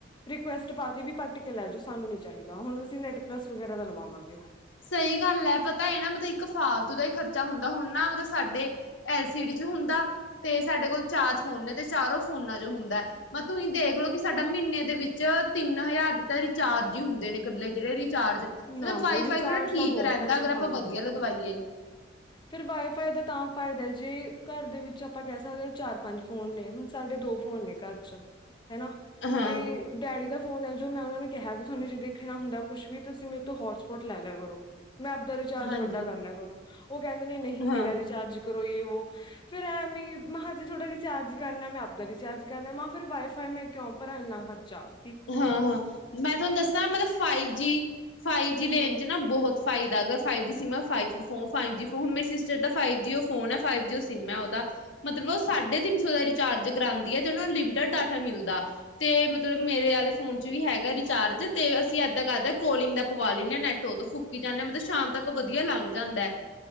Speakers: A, on the left; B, on the left.
A: ਰਿਕੁਐਸਟ ਪਾਤੀ ਵੀ ਪੱਟ ਕੇ ਲੈ ਜਾਓ ਸਾਨੂੰ ਨੀ ਚਾਹੀਦਾ ਹੁਣ ਅਸੀਂ ਨੈਟਪਲਸ ਵਗੈਰਾ ਦਾ ਲਵਾਵਾਂਗੇ
B: ਸਹੀ ਗੱਲ ਹੈ ਪਤਾ ਹੈ ਨਾ ਮਤਲਬ ਇੱਕ ਫਾਲਤੂ ਦਾ ਹੀ ਖਰਚਾ ਹੁੰਦਾ ਹੁਣ ਨਾ ਮਤਲਬ ਸਾਡੇ ਐਲ ਸੀ ਡੀ ਚ ਹੁੰਦਾ ਤੇ ਸਾਡੇ ਕੋਲ ਚਾਰ ਫੋਨ ਨੇ ਤੇ ਚਾਰੋਂ ਫੋਨਾ ਚ ਹੁੰਦਾ ਮੈਂ ਤੁਸੀਂ ਦੇਖ ਲਓ ਕਿ ਸਾਡਾ ਮਹੀਨੇ ਦੇ ਵਿੱਚ ਤਿੰਨ ਹਜ਼ਾਰ ਦੇ ਤਾਂ ਰਿਚਾਰਜ ਹੀ ਹੁੰਦੇ ਨੇ ਇਕੱਲੇ ਜਿਹੜੇ ਰਿਚਾਰਜ ਮਤਲਬ
A: ਨਾ
B: ਵਾਈਫਾਈ
A: ਬਈ ਰਿਚਾਰਜ
B: ਥੋੜਾ ਠੀਕ
A: ਤਾਂ ਬਹੁਤ
B: ਰਹਿੰਦਾ
A: ਪੈਸੇ
B: ਅਗਰ ਆਪਾਂ
A: ਖਾਦੇ
B: ਵਧੀਆ
A: ਆ
B: ਲਗਵਾਈਏ
A: ਫੇਰ ਵਾਈਫਾਈ ਦਾ ਤਾਂ ਫਾਇਦਾ ਜੇ ਘਰ ਦੇ ਵਿੱਚ ਆਪਾਂ ਕਹਿ ਸਕਦੇ ਹਾਂ ਚਾਰ ਪੰਜ ਫੋਨ ਨੇ ਹੁਣ ਸਾਡੇ ਦੋ ਫੋਨ ਨੇ ਘਰ ਚ ਹਨਾ
B: ਹਾਂ
A: ਤੇ ਡੈਡੀ ਦਾ ਫੋਨ ਹੈ ਜੋ ਮੈਂ ਉਹਨਾਂ ਨੂੰ ਕਿਹਾ ਵੀ ਤੁਹਾਨੂੰ ਜੇ ਦੇਖਣਾ ਹੁੰਦਾ ਕੁਛ ਵੀ ਤੁਸੀਂ ਮੇਰੇ ਤੋਂ ਹੋਟਸਪੋਟ ਲੈ ਲਿਆ ਕਰੋ ਮੈਂ ਆਪਦਾ ਰਿਚਾਰਜ
B: ਹਾਂਜੀ
A: ਵੱਡਾ ਕਰ ਲਿਆ ਕਰੂ ਉਹ ਕਹਿੰਦੇ ਨੇ ਨਹੀਂ ਮੇਰਾ
B: ਹਾਂ
A: ਰਿਚਾਰਜ ਕਰੋ ਯੇ ਵੋ ਫੇਰ ਐਮੇ ਮੈ ਜੇ ਥੋੜਾ ਰਿਚਾਰਜ ਕਰਨਾ ਮੈਂ ਆਪਦਾ ਰਿਚਾਰਜ ਕਰਨਾ ਮ ਫਿਰ ਵਾਈਫਾਈ ਮੈਂ ਕਿਉਂ ਭਰਾਂ ਇੰਨਾ ਖਰਚਾ ਆ
B: ਉਹ ਹਾਂ ਹਾਂ ਮੈਂ ਤੁਹਾਨੂੰ ਦੱਸਾਂ ਮਤਲਬ ਫਾਈਵ ਜੀ ਫਾਈਵ ਜੀ ਲੇਣ
A: ਹਮ
B: ਚ ਨਾ ਬਹੁਤ ਫਾਈਦਾ ਅਗ ਫਾਈਵ ਜੀ ਸਿੰਮ ਹੈ ਫਾਈਵ ਫੋਨ ਫਾਈਵ ਜੀ ਫ ਮਰੇ ਸਿਸਟਰ ਦਾ ਫਾਈਵ ਜੀ ਫੋਨ ਹੈ ਫਾਈਵ ਜੀ ਉਹ ਸਿੰਮ ਹੈ ਉਹਦਾ ਮਤਲਬ ਉਹ ਸਾਢੇ ਤਿੰਨ ਸੌ ਦਾ ਰਿਚਾਰਜ ਕਰਾਉਂਦੀ ਹੈ ਤੇ ਉਹਨਾ ਨੂੰ ਲਿਮਟਿਡ ਡਾਟਾ ਮਿਲਦਾ ਤੇ ਮਤਲਬ ਮੇਰੇ ਵਾਲੇ ਫੋਨ ਚ ਵੀ ਹੈਗਾ ਰਿਚਾਰਜ ਤੇ ਅਸੀਂ ਇੱਦਾਂ ਕਰੀਦਾ ਕੋਲਿੰਗ ਦਾ ਪਵਾ ਲੈਂਦੇ ਹਾਂ ਨੈੱਟ ਉਹ ਤੋ ਫੁੱਕ ਕੀ ਜਾਂਦੇ ਆਂ ਮਤਲਬ ਸ਼ਾਮ ਤੱਕ ਵਧੀਆ ਲੰਘ ਜਾਂਦਾ ਹੈ